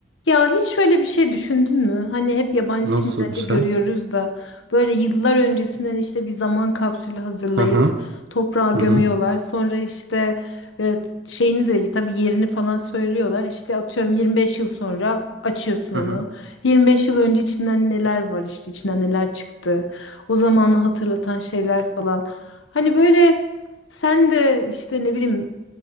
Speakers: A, on the left; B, on the right.
A: Ya hiç şöyle bir şey düşündün mü? Hani hep yabancı
B: Nasıl
A: filmlerde
B: bir şey?
A: görüyoruz da böyle yıllar öncesinden işte bir zaman kapsülü hazırlayıp
B: Hı hı.
A: toprağa gömüyorlar.
B: Hı hı.
A: Sonra işte e, şeyini de tabii yerini falan söylüyorlar. İşte atıyorum 25 yıl sonra açıyorsun onu.
B: Hı hı.
A: 25 yıl önce içinden neler var işte içinden neler çıktı. O zamanı hatırlatan şeyler falan. Hani böyle sen de işte ne bileyim